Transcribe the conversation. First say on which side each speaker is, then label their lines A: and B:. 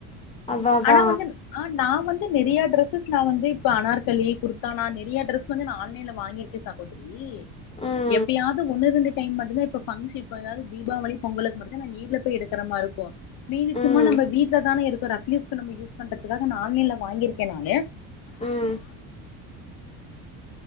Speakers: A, on the left (about 15°); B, on the left (about 65°).
A: அதா அதா
B: ஆனா வந்து ஆ நான் வந்து நிறையா டிரரெஸஸ் நான் வந்து இப்போ அனார்களிி குர்தானா நிறையா ட்ரெஸ் வந்து நான் ஆன்லைன்ல வாங்கியிருக்கேன் சகோதரி
A: உஹம்
B: எப்படியாவது ஒன்னு ரெண்டு டைம் மட்டும்தான் இப்ப பப்ன் இப்ப ஏாவது தீபாவளி பொங்கலு மட்டுும்ான் நான் நீர்ல போய் எடுற மாதிரிக்கும் மீதிச்சும்மா
A: ம்
B: நம்ம வீட்டுல தானே இரு ரூ பண்ற வாங்கிருக்கேன்ோஸ்
A: ம்